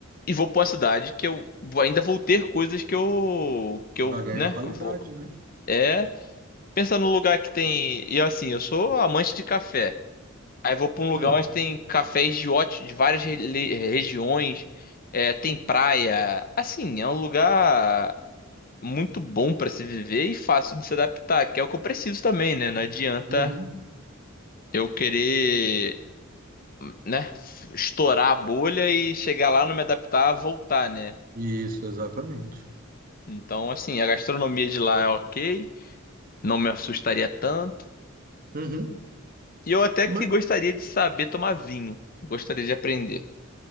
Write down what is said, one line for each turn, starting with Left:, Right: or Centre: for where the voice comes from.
Left: e vou pra uma cidade que eu vou- ainda vou ter coisas que eu. que
Right: Vai
Left: eu,
Right: ganhar
Left: né?
Right: qualidade,
Left: Vou.
Right: né?
Left: É. Pensar no lugar que tem. E assim, eu sou amante de café. Aí vou pra um lugar
Right: Hum.
Left: onde tem cafés de óti- de várias re- le- regiões, é, tem praia. Assim, é um lugar muito bom pra se viver e fácil de se adaptar, que é o que eu preciso também, né? Não adianta
Right: Uhum.
Left: eu querer, né, estourar a bolha e chegar lá, não me adaptar, voltar, né?
Right: Isso, exatamente.
Left: Então, assim, a gastronomia de lá é ok, não me assustaria tanto.
Right: Uhum.
Left: E eu até
Right: Mas,
Left: que gostaria de saber tomar vinho, gostaria de aprender.